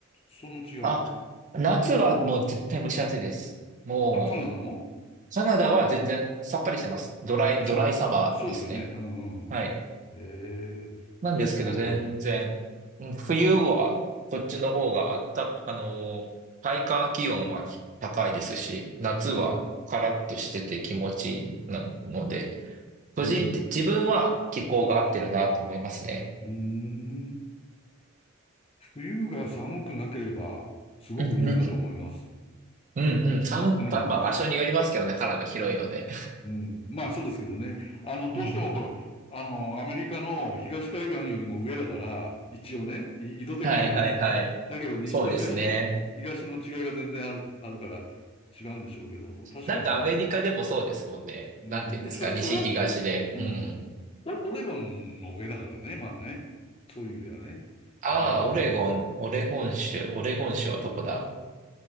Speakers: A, on the left; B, on the right.
A: その違い。
B: あ、夏はもう絶対蒸し暑いです。も
A: あ、カナダも
B: う、カナダは全然さっぱりしてます。ドライ、
A: でしょそうですよね。
B: ドライサマーですね。
A: うんうん。
B: はい。
A: ええそうなんだ。
B: なんですけど、全然、うん冬はこっちの方があった、あのー、体感気温はひ高いですし、夏はカラッとしてて気持ちいいなので、
A: うん、
B: 個人的、
A: うん、
B: 自分は気候が合ってるなと思いますね。
A: うーん。冬が寒くなければ、すごくいいなと思います。
B: うんうんうん、うんうん寒く、
A: うん。
B: ばまあ場所によりますけどね、カナダ広いので。
A: うん。うん。まあそうですけどね。あの、
B: うん
A: どうしてもほら、あの、アメリカの東海岸よりも上だから、一応ね、い緯度的にはね。
B: はいはいはい。
A: だけど、西と東の、
B: そうですね。
A: 東の違いが全然ある、あるから違うんでしょうけども、確かに、
B: なんかアメリカでもそうですもんね。
A: うん、
B: なんて言うんですか、
A: どっちかというと、
B: 西東で。
A: おうん、
B: うん
A: オオレゴンの上だからね、まあね。そういう意味ではね。
B: ああ、
A: アメリカで言うと。
B: オレゴン、オレゴン州、オレゴン州はどこだ